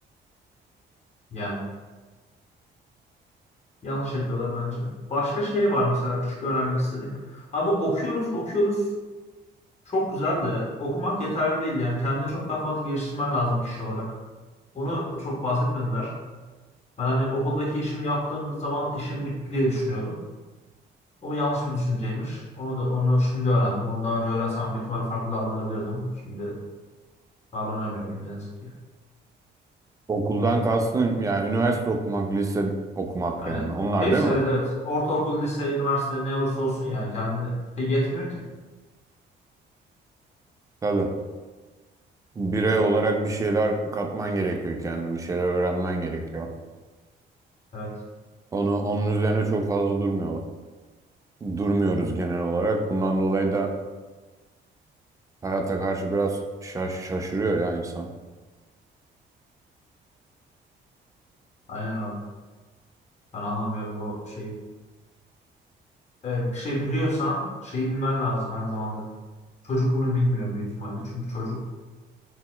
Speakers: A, on the left; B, on the right.
A: Yani yanlış yapıyorlar bence. Başka şey var mesela küçük öğrenmek istediğim. Abi okuyoruz okuyoruz Çok güzel de okumak yeterli değil yani kendini çok daha fazla geliştirmen lazım kişi olarak. Onu çok bahsetmediler. Ben hani okuldaki işimi yaptığımda zaman işim bitti diye düşünüyordum. O yanlış bir düşünceymiş. Onu da onu şimdi öğrendim. Onu daha önce öğrensem büyük ihtimalle farklı davranabilirdim. Şimdi davranamıyorum ne yazık ki.
B: Okuldan kastın yani üniversite okumak, lise okumak
A: Yani
B: yani onlar
A: hepsi
B: değil mi?
A: evet evet. Ortaokul, lise, üniversite ne olursa olsun yani kendini Tek yetmiyor ki.
B: Tabii. Birey olarak bir şeyler katman gerekiyor kendine, bir şeyler öğrenmen gerekiyor.
A: Evet.
B: Onu, onun üzerine çok fazla durmuyor, durmuyoruz genel olarak. Bundan dolayı da hayata karşı biraz şaş, şaşırıyor ya insan.
A: Aynen abi. Ben anlamıyorum bu şeyi. e, bir şey biliyorsan şeyi bilmen lazım aynı zamanda. Çocuk bunu bilmiyor büyük ihtimalle. Çünkü çocuk